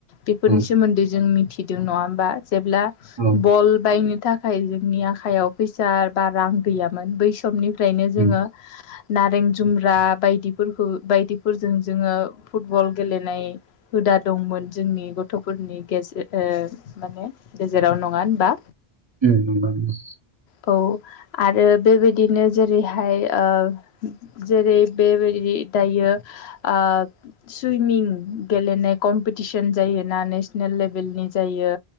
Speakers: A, on the left; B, on the right.
A: बेफोरनि
B: औ
A: सोमोन्दै जों मिथिदों नङा होमबा जेब्ला
B: औ
A: बल बायनो थाखाय जोंनि आखायाव फैसा बा रां गैयामोन बैस समनिफ्रायनो जोङो
B: उम
A: नारें जुमब्रा बायदिफोरखौ बायदिफोरजों जोङो फुटबल गेलेनाय होद दा दंमोन जोंनि गथ'फोरनि गेजेर माने गेजेराव नङा होनबा
B: ओम नंगौ
A: औ आरो बेबायदिनो जेरैहाय ओ जेरै बेबायदि दायो ओ सुइमिं गेलेनाय कम्पिटिसन जायोना ना नेल लेभेलनि जायो